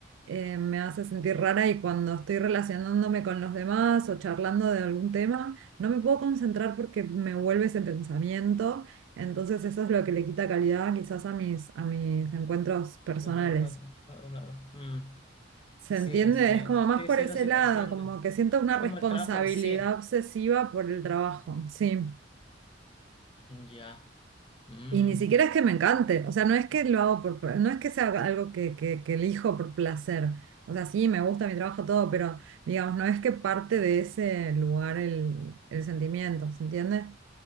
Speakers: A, on the right; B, on the left.
A: eh, me hace sentir rara y cuando estoy relacionándome con los demás o charlando de algún tema, no me puedo concentrar porque me vuelve ese pensamiento. Entonces eso es lo que le quita calidad quizás a mis, a mis encuentros personales.
B: no te lo encuentro. Claro, claro. Mm.
A: ¿Se
B: Sí,
A: entiende?
B: sí,
A: Es como más
B: sí,
A: por
B: sí,
A: ese
B: no sé,
A: lado,
B: te entiendo.
A: como que siento una
B: Es como
A: responsabilidad
B: el trabajo en sí.
A: obsesiva por el trabajo. Sí.
B: Ya. Mm.
A: Y ni siquiera es que me encante, o sea, no es que lo hago por, pla- no es que sea algo que, que, que elijo por placer, o sea, sí, me gusta mi trabajo, todo, pero digamos, no es que parte de ese lugar el, el sentimiento, ¿se entiende?